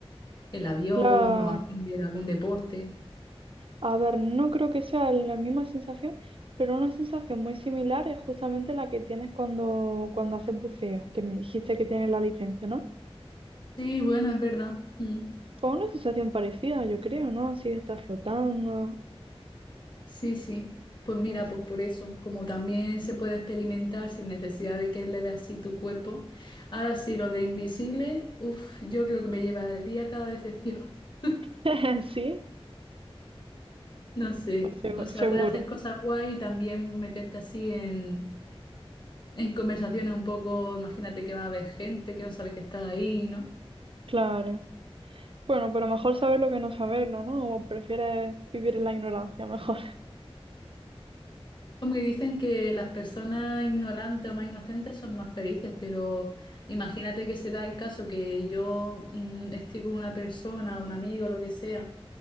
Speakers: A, on the left; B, on the right.
A: El avión
B: Claro.
A: o hacer algún deporte.
B: A ver, no creo que sea la misma sensación, pero una sensación muy similar es justamente la que tienes cuando, cuando haces buceo, que me dijiste que tienes la licencia, ¿no?
A: Sí, bueno, es verdad. Mm,
B: Pues una sensación parecida, yo creo, ¿no? Así de estar flotando.
A: Sí, sí. Pues mira,
B: no sé.
A: pues por eso, como también se puede experimentar sin necesidad de que le veas así tu cuerpo. Ahora sí, lo de invisible, uff, yo creo que me llevaría cada decepción. <laughs>
B: <laughs> Sí,
A: No sé.
B: pues segu-
A: O sea,
B: seguro,
A: puedes hacer cosas guay y también meterte así en en conversaciones un poco, imagínate que va a haber gente que no sabe que está ahí, ¿no?
B: claro. Bueno, pero mejor saberlo que no saberlo, ¿no? O prefieres vivir en la ignorancia, mejor. <laughs>
A: Hombre, dicen que las personas ignorantes o más inocentes son más felices, pero imagínate que se da el caso que yo mm, estoy con una persona, un amigo, lo que sea,